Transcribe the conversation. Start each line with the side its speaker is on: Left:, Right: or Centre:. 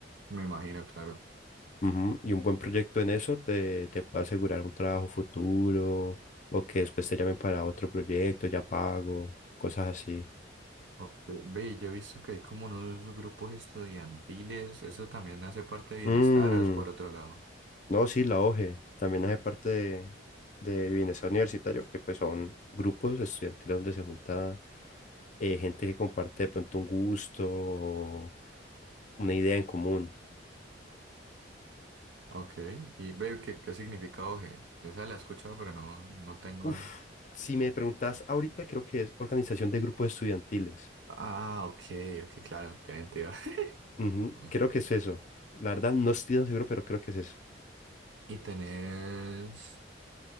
Right: Me imagino, claro.
Left: Ujú, Y un buen proyecto en eso te, te puede asegurar un trabajo futuro o que después te llamen para otro proyecto, ya pago, cosas así.
Right: Ok. Ve, yo he visto que hay como unos grupos estudiantiles. ¿Eso también hace parte de bienestar
Left: Mm,
Right: o es por otro lado?
Left: No, sí, la OGE también hace parte de, de Bienestar Universitario, que pues son grupos estudiantiles donde se junta eh, gente que comparte de pronto un gusto o una idea en común.
Right: Ok, y ve qué, qué significado G. Esa la he escuchado, pero no, no tengo.
Left: Uf, si me preguntas ahorita, creo que es organización de grupos estudiantiles.
Right: Ah, ok, ok, claro, qué mentira.
Left: Ujú,
Right: <laughs>
Left: creo que es eso. La verdad, no estoy tan seguro, pero creo que es eso.
Right: Y tenés,